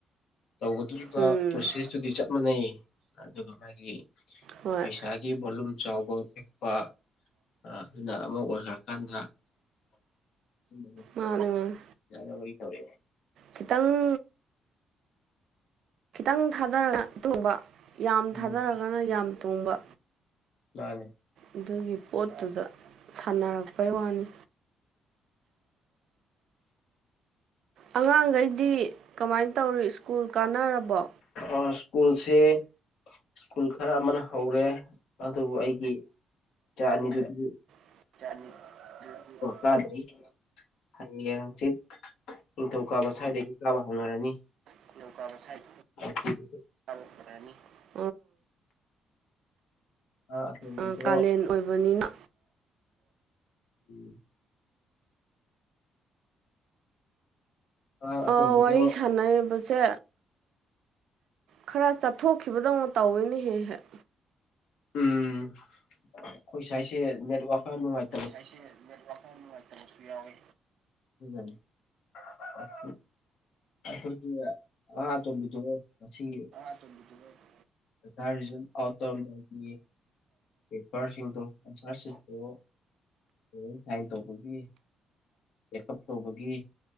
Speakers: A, on the left; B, on the right.
A: ꯇꯧꯒꯗꯣꯔꯤꯕ
B: ꯎꯝ
A: ꯄ꯭ꯔꯣꯁꯦꯁꯇꯨꯗꯤ ꯆꯞ ꯃꯥꯟꯅꯩ ꯑꯗꯨꯒ ꯃꯥꯒꯤ
B: ꯍꯣꯏ
A: ꯄꯩꯁꯥꯒꯤ ꯚꯣꯂꯨꯝ ꯆꯥꯎꯕ ꯄꯤꯛꯄ ꯑꯗꯨꯅ ꯑꯃꯥ ꯑꯣꯏꯈ꯭ꯔꯥꯀꯥꯟꯗ <unintelligible>
B: ꯃꯥꯅꯦ ꯃꯥꯅꯦ
A: ꯌꯥꯅꯕꯩ ꯇꯧꯔꯤꯅꯦ
B: ꯈꯤꯇꯪ ꯈꯤꯇꯪ ꯊꯥꯗꯔꯒ ꯇꯣꯡꯕ ꯌꯥꯝ
A: ꯎꯝ
B: ꯊꯥꯗꯔꯒꯅ ꯌꯥꯝ ꯇꯣꯡꯕ
A: ꯃꯥꯅꯤ
B: ꯑꯗꯨꯒꯤ ꯄꯣꯠꯇꯨꯗ ꯁꯥꯟꯅꯔꯛꯄꯩ ꯋꯥꯅꯤ ꯑꯉꯥꯡꯈꯩꯗꯤ ꯀꯃꯥꯏ ꯇꯧꯔꯤ ꯁ꯭ꯀꯨꯜ ꯀꯥꯟꯅꯔꯕꯣ
A: ꯑꯥ ꯁ꯭ꯀꯨꯜꯁꯦ ꯁ꯭ꯀꯨꯜ ꯈꯔꯥ ꯑꯃꯥꯅ ꯍꯧꯔꯦ ꯑꯗꯨꯕꯨ ꯑꯩꯒꯤ ꯏꯆꯥ ꯑꯅꯤꯗꯨꯗꯤ
B: <unintelligible>
A: ꯀꯥꯗ꯭ꯔꯤ ꯍꯌꯦꯡ ꯍꯪꯆꯤꯠ ꯅꯤꯡꯊꯧꯀꯥꯕ ꯁ꯭ꯋꯥꯏꯗꯒꯤ ꯀꯥꯕ ꯍꯧꯅꯔꯅꯤ
B: ꯅꯤꯡꯗꯧ ꯀꯥꯕ ꯁꯥꯏꯗꯩ
A: <unintelligible>
B: <unintelligible>
A: ꯑꯉꯥꯡ ꯑꯇꯣꯝꯕꯤꯗꯣ
B: ꯑꯥ ꯀꯥꯂꯦꯟ ꯑꯣꯏꯕꯅꯤꯅ
A: ꯎꯝ ꯑꯉꯥꯡ ꯑꯇꯣꯝꯕꯤꯗꯣ
B: ꯑꯥ ꯋꯥꯔꯤ ꯁꯥꯟꯅꯩꯕ ꯁꯦ ꯈꯔ ꯆꯠꯊꯣꯛꯈꯤꯕꯗꯧꯅ ꯇꯧꯋꯤꯅꯦꯍꯦꯛ ꯍꯦꯛ
A: ꯎꯝ ꯑꯩꯈꯣꯏ ꯁ꯭ꯋꯥꯁꯦ ꯅꯦꯠꯋꯥꯛ ꯈꯔꯥ ꯅꯨꯡꯉꯥꯏ
B: ꯁꯥꯏꯁꯦ ꯅꯦꯠ ꯋꯥꯛ ꯈꯔꯥ ꯅꯨꯡꯉꯥꯏꯇꯕꯁꯨ ꯌꯥꯎꯋꯦ
A: <unintelligible> ꯑꯩꯈꯣꯏꯒꯤ ꯑꯥ ꯑꯇꯣꯝꯕꯤꯗꯣ ꯉꯁꯤꯒꯤ
B: <unintelligible>
A: ꯄꯩꯈꯥ ꯔꯤꯖꯜ ꯑꯥꯎꯠ ꯇꯧꯔꯝꯗꯥꯏꯒꯤ ꯄꯦꯄꯔꯁꯤꯡꯗꯣ ꯑꯟꯁꯥꯔꯁꯤꯞꯇꯣ <unintelligible> ꯇꯧꯕꯒꯤ ꯆꯦꯛꯀꯞ ꯇꯧꯕꯒꯤ